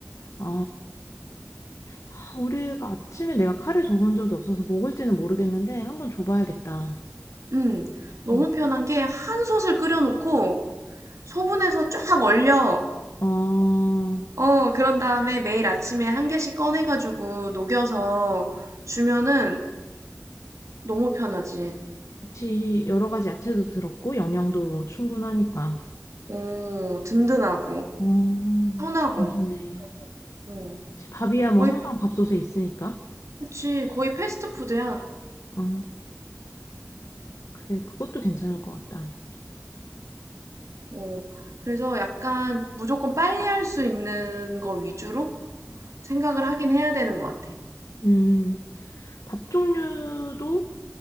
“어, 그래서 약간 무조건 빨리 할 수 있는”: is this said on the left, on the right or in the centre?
Right